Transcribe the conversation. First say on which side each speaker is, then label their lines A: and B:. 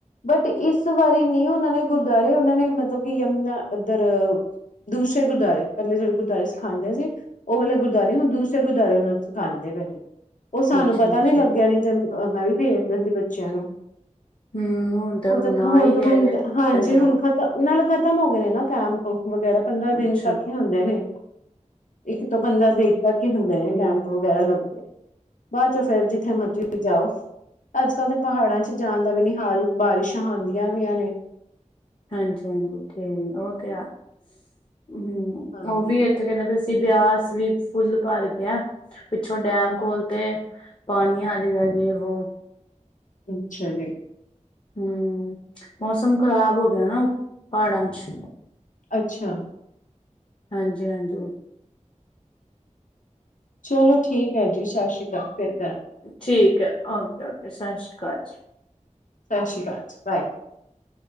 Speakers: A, on the left (about 80°); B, on the left (about 40°).
A: ਬਟ, ਇਸ ਵਾਰੀ ਨਹੀਂ ਉਹਨਾਂ ਨੇ ਗੁਰਦੁਆਰੇ, ਉਹਨਾਂ ਨੇ ਮਤਲਬ ਕਿ ਯਮੁਨਾ ਉਧਰ ਦੂਸਰੇ ਗੁਰਦੁਆਰੇ ਪਹਿਲੇ ਜਿਹੜੇ ਗੁਰਦੁਆਰੇ ਸਿਖਉਂਦੇ ਸੀ, ਉਹ ਵਾਲੇ ਗੁਰਦੁਆਰੇ ਦੂਸਰੇ ਗੁਰਦਵਾਰੇ ਉਹਨਾ ਨੂੰ ਸਿਖਾਉਂਦੇ ਪਏ ਨੇ, ਉਹ ਸਾਨੂੰ
B: ਅੱਛਾ-ਅੱਛਾ।
A: ਪਤਾ ਨੀ ਲੱਗਿਆ ਨਹੀਂ ਤੇ ਮੈਂ ਵੀ ਭੇਜ ਦਿੰਦੀ ਬੱਚਿਆਂ ਨੂੰ।
B: ਹੂੰ ਹੁਣ
A: ਉਹ
B: ਹੁਣ
A: ਤਾਂ
B: ਆ
A: ਹੁਣ-ਹੁਣ
B: ਈ ਗਏ ਨੇ
A: ਹਾਂਜੀ
B: ਪੰਜਾਬ
A: ਹੁਣ ਨਾਲ ਖ਼ਤਮ ਹੋ ਗਏ। ਨੇ ਨਾ ਕੈਂਪ ਵਗੈਰਾ ਪੰਦਰਾਂ ਦਿਨ
B: ਅੱਛਾ-ਅੱਛਾ
A: ਤੱਕ ਹੀ ਹੁੰਦੇ ਨੇ। ਇੱਕ ਤੋਂ ਬੰਦਾ ਦੇਖਦਾ ਹੀ ਹੁੰਦੇ।
B: ਠੀਕ
A: ਨੇ ਕੈਂਪ ਵਗੈਰਾ ਲੱਗਦੇ ਬਾਅਦ ਚ, ਫੇਰ ਜਿੱਥੇ ਮਰਜ਼ੀ ਤੇ ਜਾਓ। ਅੱਜ-ਕੱਲ੍ਹ ਤਾਂ ਪਹਾੜਾਂ'ਚ ਜਾਣ ਦਾ ਵੀ ਨੀ ਹਾਲ ਬਾਰਿਸ਼ਾਂ ਆਂਦੀਆਂ ਪਈਆਂ ਨੇ।
B: ਹਾਂਜੀ-ਹਾਂਜੀ, ਉਹ ਤੇ ਹੈ ਹੂ,
A: ਹਾਂਜੀ
B: ਉਹ ਵੀ ਉੱਥੇ ਕਹਿੰਦੇ ਵੀ, ਅਸੀਂ ਬਿਆਸ ਵੀ ਫੁੱਲ ਭਰ ਗਿਆ। ਪਿੱਛੋਂ ਡੈਮ ਖੋਲਤੇ, ਪਾਣੀ ਆ ਜੇਗਾ ਯੇ ਵੋ।
A: ਅੱਛਾ ਜੀ।
B: ਹੂ, ਮੌਸਮ ਖ਼ਰਾਬ ਹੋ ਗਿਆ ਨਾ ਪਹਾੜਾਂ'ਚ,
A: ਅੱਛਾ
B: ਹਾਂਜੀ-ਹਾਂਜੀ।
A: ਚਲੋ ਠੀਕ ਹੈ ਜੀ, ਸਤਿ ਸ਼੍ਰੀ ਅਕਾਲ ਫੇਰ।
B: ਠੀਕ ਆ ਔਕੇ-ਔਕੇ, ਸਤਿ ਸ੍ਰੀ ਅਕਾਲ ਜੀ।
A: ਸਤਿ ਸ਼੍ਰੀ ਅਕਾਲ ਜੀ, ਬਾਏ।